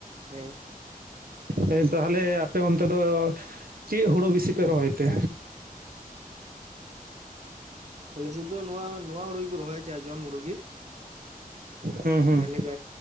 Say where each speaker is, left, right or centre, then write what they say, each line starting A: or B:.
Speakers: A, on the right (about 50°); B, on the right (about 75°).
A: ᱦᱮᱸ
B: ᱦᱮᱸ ᱛᱟᱦᱚᱞᱮ ᱟᱯᱮ ᱚᱱᱛᱮ ᱫᱚ ᱪᱮᱫ ᱦᱩᱲᱩ ᱵᱮᱥᱤ ᱯᱮ ᱨᱚᱦᱚᱭ ᱛᱮ?
A: ᱥᱩᱫᱩ ᱱᱚᱣᱟ ᱱᱚᱣᱟ ᱦᱩᱲᱩ ᱜᱮᱠᱚ ᱨᱚᱦᱚᱭᱪᱚ ᱡᱚᱢ ᱦᱩᱲᱩ ᱜᱮ
B: ᱦᱩᱸ ᱦᱩᱸ
A: ᱢᱮᱱ ᱞᱮᱜᱟᱭ